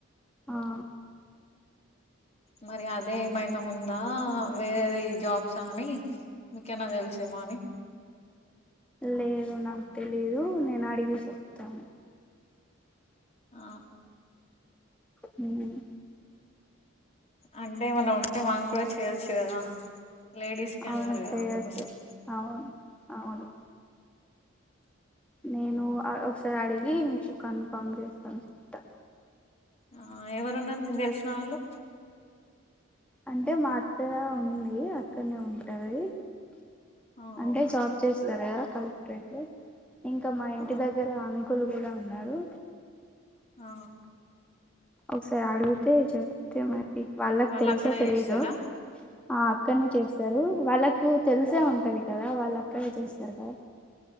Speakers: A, in the centre; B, on the left.
A: ఆ
B: మరి అదే ఏమైనా ఉందా వేరే జాబ్స అని మీకేనా తెలిసేమో అని
A: లేదు నాకు తెలీదు నేను అడిగి చెప్తా
B: ఆ
A: హుమ్
B: అంటే మనం ఉంటే వామ్ కూడా చేయొచ్చు కదా లేడీస్ కి అన్నార్
A: అవును
B: కదా
A: చేయొచ్చు
B: అందుకోసమే
A: అవును అవును నేను ఆ ఒకసారి అడిగి మీకు కన్ఫామ్ చేస్తా ఉంటా
B: ఆ ఎవరున్నారు మీకు తెలిసిన వాళ్ళు
A: అంటే మా అత్త ఉంది అక్కడనే ఉంటది
B: వాళ్ళు
A: అంటే జాబ్ చేస్తారు కదా కలెక్టరేట్ లో ఇంకా మా
B: ఆ
A: ఇంటి దగ్గర క్కులు కూడా ఉన్నారు
B: ఆ
A: ఒకసారి అడుగితే చెప్తే మరి వాళ్ళకి
B: వాళ్ళు
A: తెలుసో
B: అక్కడే
A: తెలీదో
B: చేస్తారా
A: ఆ అక్కనే చేస్తారు వాళ్ళక్ కు తెలిసే ఉంటది కదా వాళ్ళు అక్కడే చేస్తారు కదా